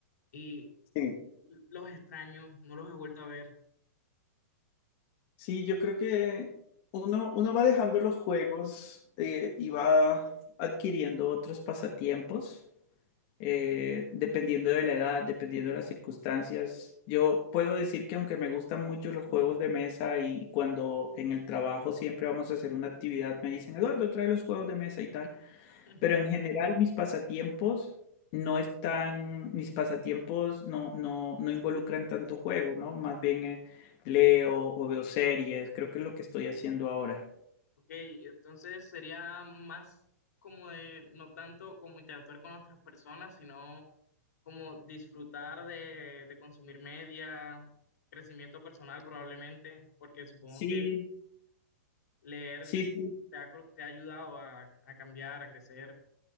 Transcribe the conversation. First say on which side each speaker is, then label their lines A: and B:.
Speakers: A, on the left (about 75°); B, on the left (about 40°).
A: y
B: Sí,
A: los extraño, no los he vuelto a ver.
B: Sí, yo creo que uno, uno va dejando los juegos eh, y va adquiriendo otros pasatiempos eh, dependiendo de la edad, dependiendo de las circunstancias. Yo puedo decir que aunque me gustan mucho los juegos de mesa y cuando en el trabajo siempre vamos a hacer una actividad, me dicen, Eduardo, trae los juegos de mesa y tal,
A: <laughs>
B: pero en general mis pasatiempos no están, mis pasatiempos no, no, no involucran tanto juego, ¿no? Más bien eh, leo o veo series, creo que es lo que estoy haciendo ahora.
A: Ok, entonces sería más como de, no tanto como interactuar con otras personas, sino como disfrutar de, de consumir media, crecimiento personal probablemente, porque supongo
B: Sí,
A: que leer
B: sí, sí.
A: te ha, cru- te ha ayudado a, a cambiar, a crecer.